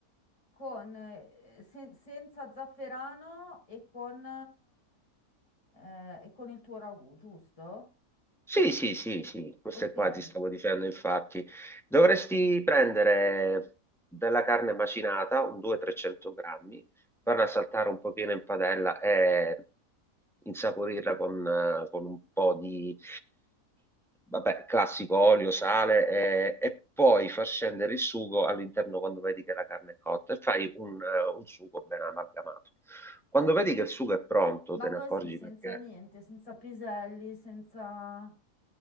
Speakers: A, on the left; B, in the centre.
A: con, eh, sen- senza zafferano e con, eh, e con il tuo ragù, giusto?
B: Sì, sì, sì, sì, queste
A: Ok.
B: qua
A: eh.
B: ti stavo dicendo, infatti. Dovresti prendere della carne macinata, un 200-300 grammi, farla saltare un pochino in padella e insaporirla con, eh, con un po' di, vabbè, classico olio, sale e, e poi far scendere il sugo all'interno quando vedi che la carne è cotta e fai un, eh, un sugo ben amalgamato. Quando vedi che il sugo è pronto,
A: Ma
B: te
A: così,
B: ne accorgi
A: senza
B: perché
A: niente, senza piselli, senza...